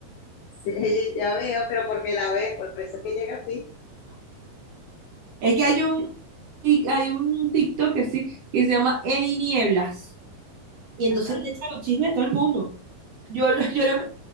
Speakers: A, on the left; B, on the right.
A: Sí, <laughs> ya veo, pero porque la ves, por eso es que llega a ti.
B: Es que hay un, tic- hay un TikToker, sí, que se llama Eddie Nieblas. Y entonces
A: Ajá.
B: él le echa los chismes a todo el mundo. Yo, lo- yo lo-